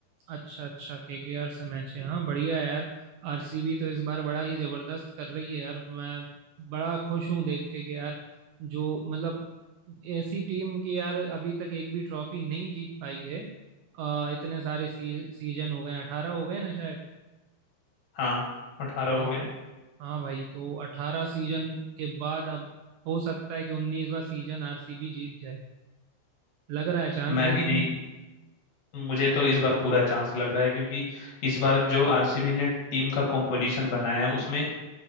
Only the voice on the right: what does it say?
अच्छा अच्छा केकेआर से मैच है हाँ बढ़िया है यार आरसीबी तो इस बार बड़ा ही जबरदस्त कर रही है यार मैं बड़ा खुश हूँ देख के कि यार जो मतलब ऐसी टीम की यार अभी तक एक भी ट्रॉफी नहीं जीत पाई है अ, इतने सारे सी, सीजन हो गए अठारह हो गए ना शायद
हाँ
हाँ भाई तो अठारह सीजन के बाद अब हो सकता है कि उन्नीसवा सीजन आरसीबी जीत जाए लग रहा है चांस
है
कि नहीं